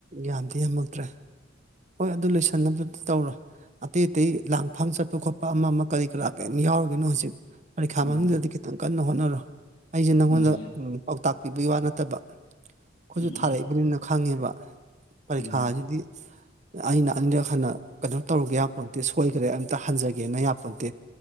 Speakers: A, on the right; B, on the left.
A: ꯌꯥꯝꯗꯦ ꯌꯥꯝꯃꯛꯇ꯭ꯔꯦ ꯍꯣꯏ ꯑꯗꯨ ꯂꯣꯏꯁꯟꯅꯕꯗꯤ ꯇꯧꯔꯣ ꯑꯇꯩ ꯑꯇꯩ ꯂꯥꯡꯐꯥꯡ ꯞꯆꯠꯄ ꯈꯣꯠꯄ ꯑꯃ ꯑꯃ ꯀꯔꯤ ꯀꯔꯥ ꯀꯔꯤꯝ ꯌꯥꯎꯔꯨꯒꯤꯅꯨ ꯍꯧꯖꯤꯛ ꯄꯔꯤꯈꯥ
B: ꯎꯝ
A: ꯃꯅꯨꯡꯗꯗꯤ ꯈꯤꯇꯪ ꯀꯟꯅ ꯍꯣꯠꯅꯔꯣ ꯑꯩꯁꯦ ꯅꯪꯉꯣꯟꯗ
B: ꯎꯝ
A: ꯄꯥꯎꯇꯥꯛ ꯄꯤꯕꯒꯤ ꯋꯥ ꯅꯠꯇꯕ ꯑꯩꯈꯣꯏꯁꯨ
B: ꯎꯝ
A: ꯊꯥꯔꯛꯏꯕꯅꯤꯅ ꯈꯪꯉꯦꯕ ꯄꯔꯤꯈꯥꯁꯤꯗꯤ
B: ꯎꯝ
A: ꯑꯩꯅ ꯑꯅꯤꯔꯛ ꯍꯟꯅ ꯑꯗꯨꯝ ꯇꯧꯔꯒꯦ ꯌꯥꯄꯣꯟꯇꯦ ꯁꯣꯏꯈ꯭ꯔꯦ ꯑꯝꯇ ꯍꯟꯖꯒꯦꯅ ꯌꯥ ꯄꯣꯟꯇꯦ